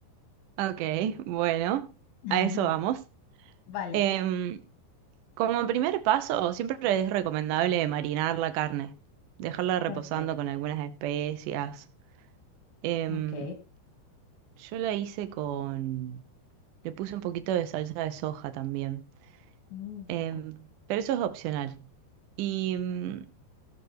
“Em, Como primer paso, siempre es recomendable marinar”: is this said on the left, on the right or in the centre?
Right